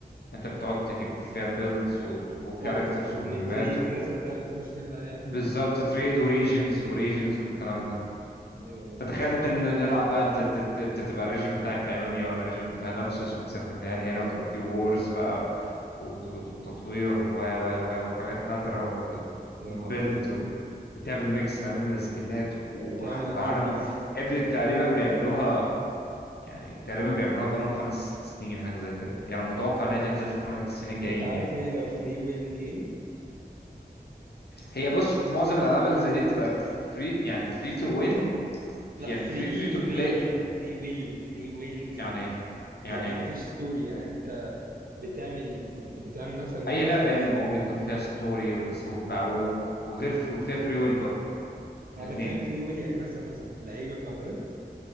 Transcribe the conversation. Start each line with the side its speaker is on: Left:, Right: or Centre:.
Left: انت بتقعد
Right: اه
Left: تجيب فيها بيلدز وكاركترز
Right: اوف ونتريد
Left: ومهمات و...
Right: الناس اللي بتعمل- تخش تعمل عليها فلوس
Left: بالظبط
Right: دي
Left: تريد وريجنز وريجنز والكلام ده
Right: ايوه ايوه
Left: فتخيل
Right: الناس تقعد
Left: انت إن نلعب بقى انت ت- ت- انت تبقى الريجن بتاعك ايونيا وانا الريجن بتاع نوكسوس ونسافر من هنا لهنا وتبقى في وورز بقى وت- وت- وتطوير و و و وحاجات نادرة
Right: يا نهار ابيض يا
Left: وتبيلد
Right: نهار ابيض
Left: و... وتعمل ميكس ما بين السكيلات وهتبقى
Right: وتعمل ارميز
Left: عالم يا ابني تقريبا بيعملوها يعني تقريبا بيعملوها بقالهم خمس ست سنين حاجة زي كده يعني متوقع انها تنزل في الخمس سنين الجايين
Right: انت عارف
Left: يعني
Right: هي لو فري ويل جيم
Left: هي بص معظم الالعاب اللي زي دي بتبقى فري يعني فري تو وين
Right: لا
Left: يعني
Right: فري
Left: فري فري تو
Right: ويل
Left: بلاي
Right: فري ويل فري ويل جيم
Left: يعني يعني
Right: يعني مفيش ستوري يعني انت بتعمل بتعمل مثلا
Left: اي
Right: كويست
Left: لعبه يا اما هو بيكون فيها ستوري وبس وب- وغير في وفيها فري ويل برضه
Right: انا
Left: الاثنين
Right: بتكلم فري ويل يعني مثلا مثلا لعيبه قررت